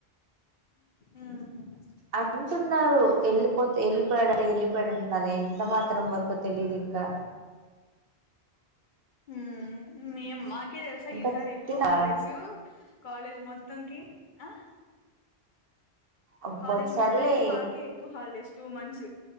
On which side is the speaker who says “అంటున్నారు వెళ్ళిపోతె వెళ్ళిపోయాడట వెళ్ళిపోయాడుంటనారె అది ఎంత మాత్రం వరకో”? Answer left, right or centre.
Right